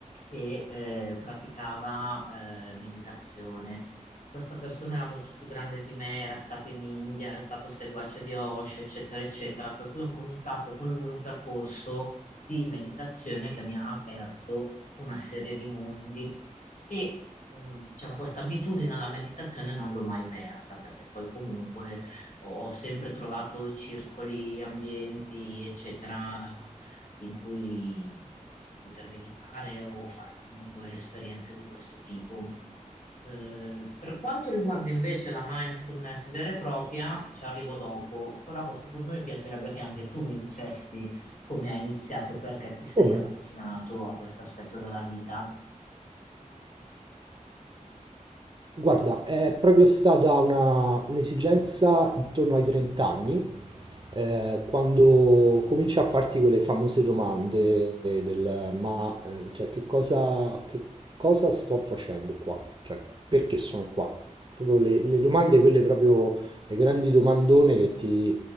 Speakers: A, on the left (about 70°); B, on the right (about 35°).
A: che eh, praticava eh, meditazione. Questa persona era molto più grande di me, era stata in India, era stato seguace di Osho, eccetera, eccetera, per cui ho cominciato con lui un percorso di meditazione che mi ha aperto una serie di mondi e mh, diciamo questa abitudine alla meditazione non l'ho mai persa perché poi comunque ho ho sempre trovato circoli, ambienti, eccetera, in cui poter meditare o fare comunque esperienze di questo tipo. Eh, per quanto riguarda invece la mindfulness vera e propria, ci arrivo dopo, però a questo punto mi piacerebbe che anche tu mi dicessi come hai iniziato e perché ti sei
B: Come?
A: avvicinato a questo aspetto della vita.
B: Guarda, è proprio stata una, un'esigenza intorno ai 30 anni, eh, quando cominci a farti quelle famose domande del ma eh, cioè, che cosa, che cosa sto facendo qua? Cioè, perché sono qua? Proprio le, le domande, quelle proprio le grandi domandone che ti